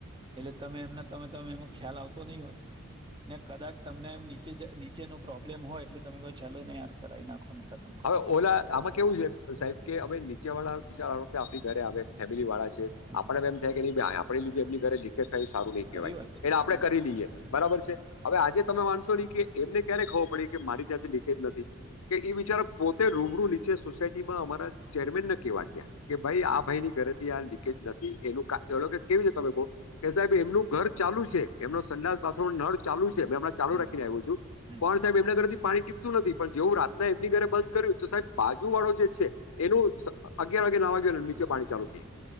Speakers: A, on the right (about 20°); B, on the left (about 80°).
A: એટલે તમે એમના તમે તમે એમાં ખ્યાલ આવતો નહી હોય. ને કદાચ તમને નીચે નીચે ન પ્રોબ્લેમ હોય એટલે તમે કો ચાલો નને યાર કરાઈ નાખો ને કરો
B: હવે
A: ને
B: ઓલા
A: આ કે છે.
B: આમાં કેવું છે સાહેબ કે અમે નીચે વાળા બચારવા કે આપણી ઘરે આવે ફેમિલી વાળા છે.
A: હમ,
B: આપડ એમ થાય કે ન આપ લીધ એમ ઘરે લીકે થાય સારું નહી કહેવાય
A: ખરી વાત છે,
B: એટલે
A: ખરી
B: આપે
A: વાત.
B: કરી લઈએ બરાબર છે હવે આજે તમે માનશો નહી કે એમને ક્યારે ખબર પડી કે મારી ત્યાંથી લીખેજ નથી. કે એ વિચાર પોતે રૂબરૂ નીચે સોસાયટીમાં અમારા ચેરમેનને કેવા ગયા. કે ભાઈ
A: હમ,
B: આ ભાઈ ની ઘરેથી આ લીકેજ નથી એ કેવી રીતે તમે બહ કે સાહેબ એમનું ઘર ચાલુ છે એમનો સંડા બાથમ નળ ચાલુ છેમણા. ચાલુ
A: હમ,
B: રાખીને આવ્યો છું
A: હમ.
B: પણ સાહેબ એમના ઘરેથી પાણી ટીપતું નથી પણ જેવું રાતના એમની ઘરે બંધ ્યું તો સાહેબ બાજુ વાળો જે છે એનું અગિયાર વાગે ના વાગે અને નીચે પાણી ચાલુ થઈ ગયુ.